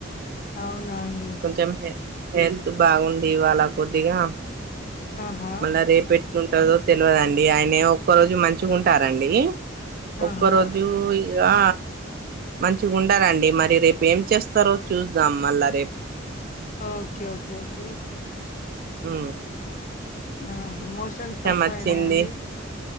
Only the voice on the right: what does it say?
కొంచెం హె హెల్త్ బాగుంది ఇవాళ కొద్దిగా
మళ్ళా రేపూ యెట్ వుంటదో తెలవదండి ఆయన ఒక్క రోజు మంచిగ ఉంటారండి
ఒక్క రోజు ఇగా మంచిగ ఉండరండి మరి రేపు ఏం చేస్తారో చూద్దాం మళ్ళా రే
ఉ
వచ్చింది